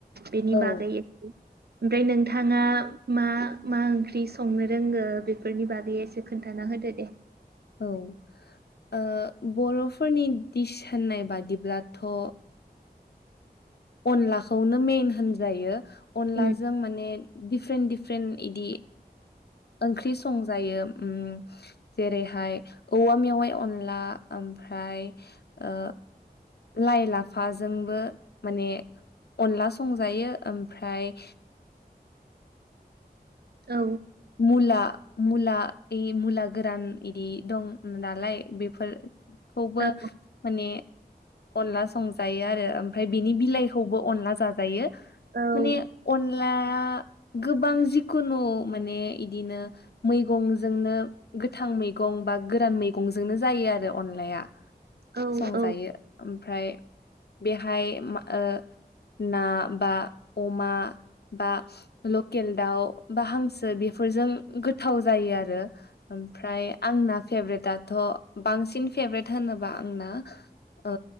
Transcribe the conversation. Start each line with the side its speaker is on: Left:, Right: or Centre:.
Right: बेनि
Left: औ
Right: बागै एसे? ओमफ्राय नोंथाङा मा मा ओंख्रि संनो रोंगो बेफोरनि बागै एसे खोन्थानो ना होदो दे
Left: औ ओ बर'फोरनि दिस होननाय बादिब्लाथ' ओ अनलाखौनो मेन होनजायो। अनलाजों
Right: उम
Left: माने डिफरेन्ट डिफरेन्ट इदि ओंख्रि संजायो उम जेरैहाय औवा मेवाइ अनला ओम फ्राय ओ लाइ लाफाजोंबो माने अनला संजायो ओमफ्राय
Right: औ
Left: मुला मुला इ मुला गोरान इदि दं मुनालाय बेफोर खौबो
Right: औ
Left: माने अनला संजायो आरो ओमफ्राय बिनि बिलाइखौबो अनला जाजायो
Right: औ
Left: माने अनलाया गोबां जिखुनु माने इदिनो मैगंजोंनो गोथां मैगं बा गोरान मैगंजोंनो जायो आरो अनलाया
Right: औ
Left: संजायो
Right: औ
Left: ओमफ्राय बेहाय मा ओ ना बा अमा बा लकेल दाउ बा हांसो बेफोरजों गोथाव जायो आरो ओमफ्राय आंना फेभ्रेटआथ बां बांसिन फेभ्रेट होनोबा आंना ओ